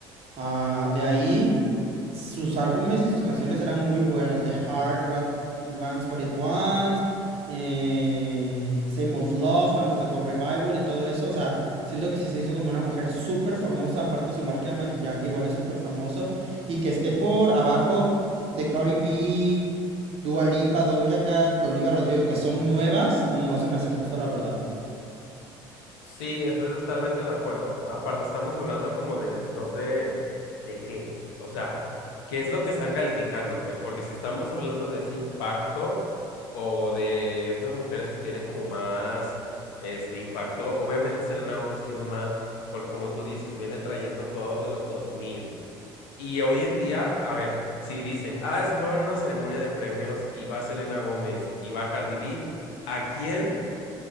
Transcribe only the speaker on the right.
Ah, de ahí, sus álbumes y sus canciones eran muy buenos. The Heart, What Wants What It Wants, eh, Same of Love, cuando sacó Revival y todo eso. O sea, siento que sí se hizo como una mujer súper famosa. Aparte, su marca de maquillaje igual es súper famoso. Y que esté por abajo de Cardi B, Dua Lipa, Doja Cat, Olivia Rodrigo, que son nuevas, no se me hace justo, la verdad.